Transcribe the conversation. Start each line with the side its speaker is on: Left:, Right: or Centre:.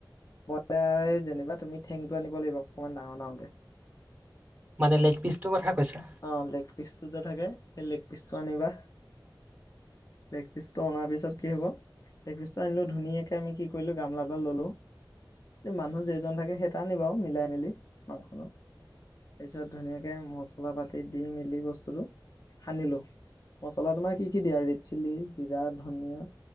Left: বলাই যেনিবা তুমি ঠেংটো আনিব লাগিব অকমান ডাঙৰ-ডাঙৰকে।
Right: মানে লেগপিচটো কথা কৈছা
Left: অ', লেগ পিচটো যে থাকে, সেই লেগ পিচটো আনিবা। লেগপিচটো অনাৰ পিছত কি হ'ব? লেগপিচটো আনিলোঁ ধুনীয়াকে আমি কি কৰিলোঁ গামলাডাল ল'লোঁ। মানুহ যেইজন থাকে সেইটা আনিবা আৰু মিলাই-মেলি মাংসটো। তাৰ পিছত ধুনীয়াকে মচলা-পাতি দি মেলি বস্তুটো সানিলো, মচলা তোমাৰ কি কি দিয়া ৰেড চিলি, জিৰা, ধনিয়া